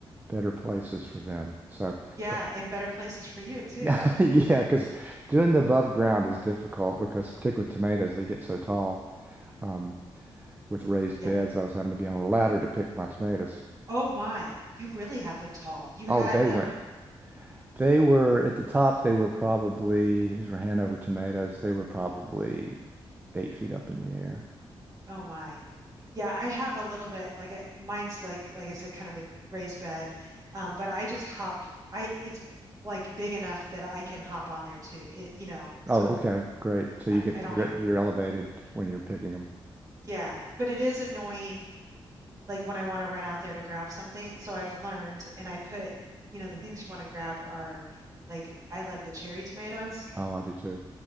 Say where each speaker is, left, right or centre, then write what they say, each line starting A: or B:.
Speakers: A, on the right; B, on the right.
A: better places for them. So,
B: Yeah,
A: but
B: and better places for you
A: <laughs>
B: too.
A: yeah, because doing the above ground is difficult because particularly with tomatoes, they get so tall. Um, with raised
B: Yeah.
A: beds, I was having to be on a ladder to pick my tomatoes.
B: Oh my, you really had them tall. You had
A: Oh, they
B: them.
A: went. They were at the top. They were probably, these were Hanover tomatoes. They were probably eight feet up in the air.
B: Oh my. Yeah, I have a little bit like a, mine's like like I said kind of a raised bed. Um, but I just hop I it's like big enough that I can hop on there too. It, you know, so
A: Oh, okay, great. So
B: I,
A: you get
B: I don't
A: you're
B: ha
A: you're elevated when you're picking them.
B: yeah, but it is annoying like when I want to run out there to grab something. So I've learned, and I put, you know, the things you want to grab are like I love the cherry tomatoes.
A: Oh, I do too.